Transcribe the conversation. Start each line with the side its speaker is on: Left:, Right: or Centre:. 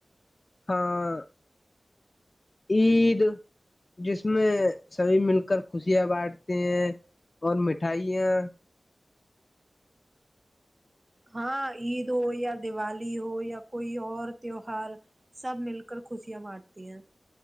Left: ہاں عید جس میں سبھی مل کر خوشیاں بانٹتے ہیں اور مٹھائیاں
Right: ہاں عید ہو یا دیوالی ہو یا کوئی اور تیوہار سب مل کر خوشیاں مارتی ہیں